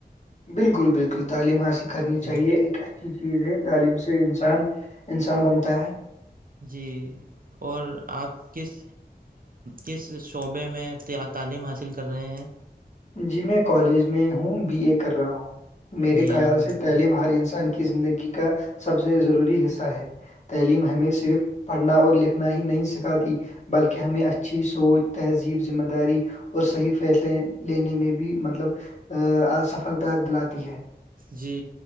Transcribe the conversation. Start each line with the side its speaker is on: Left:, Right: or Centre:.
Left: بالکل بالکل تعلیم حاصل کرنی
Right: جی
Left: چاہیے اچھی چیز ہے تعلیم سے انسان انسان بنتا ہے
Right: جی اور آپ کس کس شعبے میں تعلیم حاصل کر رہے ہیں
Left: جی میں کالج میں ہوں بی اے کر رہا ہوں میرے
Right: جی
Left: خیال
Right: الحمد
Left: سے
Right: للہ
Left: تعلیم ہر انسان زندگی کا سب سے ضروری حصہ ہے تعلیم ہمیں صرف پڑھنا اور لکھنا ہی نہیں سکھاتی بلکہ ہمیں اچھی سوچ تہذیب ذمہ داری اور صحیح فیصلے لینے میں بھی مطلب سفلتا دلاتی ہے
Right: جی